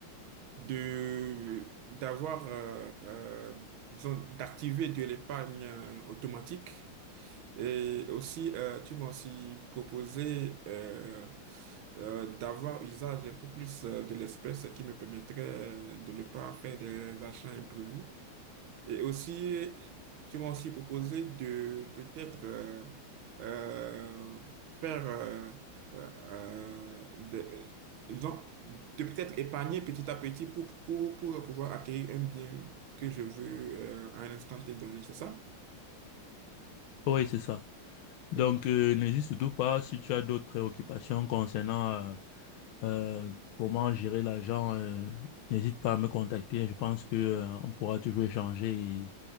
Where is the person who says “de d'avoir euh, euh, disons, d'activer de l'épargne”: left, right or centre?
Right